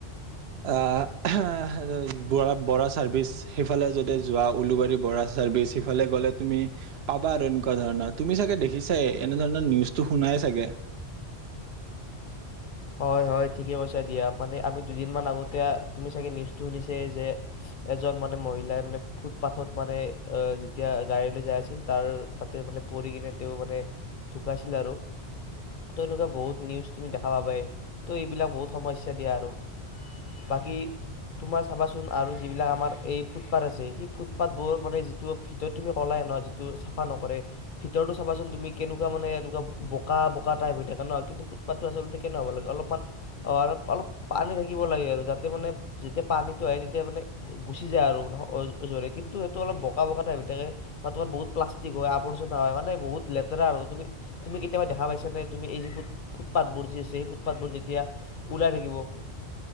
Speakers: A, on the right; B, on the left.
A: আহ ব বৰা চাৰ্ভিচ সেইফালে যদি যোৱা উলোবাৰী বৰা চাৰ্ভিচ সিফালে গলে তুমি পাবা এনেকুৱা ধৰণৰ তুমি চাগে দেখিছাই এনেধৰণৰ নিউজ টো শুনাই চাগে,
B: হয় হয় ঠিকে কৈছা দিয়া মানে আমি দুদিন মান আগতে তুমি চাগে নিউজটো শুনিছে যে এজন মানে মহিলাই মানে ফুটপাথত মানে আহ যেতিয়া গাড়ীলৈ যাই আছিল তাৰ তাতে মানে পৰি কিনে তেওঁ মানে ঢুকাইছিল আৰু ত এনেকুৱা বহুত নিউজ তুমি দেখা পাবাই ত' এইবিলাক বহুত সমস্যা দিয়া আৰু বাকী তোমাৰ চাবাচোন আৰু যিবিলাক আমাৰ এই ফুটপাথ আছে সেই ফুটপাথবোৰ মানে যিটো ভিতৰত তুমি কলাই ন যিটো চাফা নকৰে ভিতৰতটো চাবাচোন তুমি কেনেকুৱা মানে এনেকুৱা বোকা বোকা টাইপ হৈ থাকে ন। কিন্তু ফুটপাথটো আচলতে কেনে হ'ব লাগে? অলপমান অ অলপ পানী থাকিব লাগে আৰু যাতে মানে যেতিয়া পানীতটো আহে তেতিয়া মানে গুচি যায় আৰু মানে জোৰে কিন্তু সেইটো অলপ বোকা বোকা টাইপ হৈ থাকে বা তোমাৰ বহুত প্লাষ্টিক হয় আৱৰ্জনা হয় মানে বহুত লেতেৰা আৰু তুমি তুমি কেতিয়াবা দেখা পাইছা নে তুমি এই যি ফুট ফুটপথ বোৰ যি আছে সেই ফুটপথবোৰ যেতিয়া ওলাই থাকিব